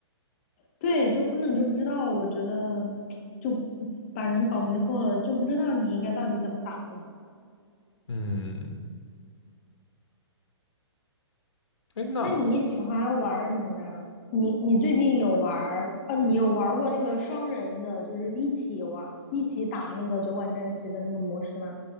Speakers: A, on the left; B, on the left.
A: 对，就根本就不知道。我觉得就把人搞迷惑，了，就不知道你应该到底怎么打了。
B: 嗯，哎，那
A: 那你喜欢玩什么呢？你你最近有玩儿哦？你有玩儿过那个双人的，就是一起玩儿、一起打那个酒馆战棋的那个模式吗？